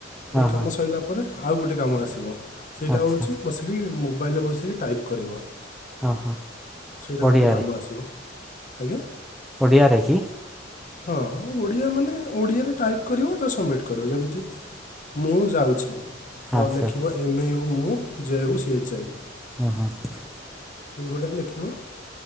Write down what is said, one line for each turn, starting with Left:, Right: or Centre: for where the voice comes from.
Centre: ହଁ
Left: ଏଇ କାମ
Centre: ହଁ
Left: ସ ତାପରେ ଆଉ ଗୋଟେ କାମ ଆସିବ। ସେଇଟା
Centre: ଆଚ୍ଛା
Left: ହଉଛି ବସିକି ମୋ ମୋବାଇଲରେ ବସିକି ଟାଇପ୍ କରିବ।
Centre: ଓ ହୋ
Left: ସେଇଟା
Centre: ଓଡ଼ିଆରେ।
Left: ଗୋଟେ କାମ ଆସିବ ଆଜ୍ଞା।
Centre: ଓଡ଼ିଆରେ କି?
Left: ହଁଁ ଓଡ଼ିଆ ମାନେ ଓଡ଼ିଆରେ ଟାଇପ୍ କରିବ ତ ସବମିଟ୍ କରିବ ଯେମିତି, ମୁଁ ଯାଉଛି। ତ
Centre: ଆଚ୍ଛା
Left: ଲେଖିବ ଏମ ୟୁ ମୁଁ ଯେ ୟୁ ସି ଏଚ ଆଇ।
Centre: ଓହୋ। <unintelligible>
Left: ଏଗୁଡା ଲେଖିବ।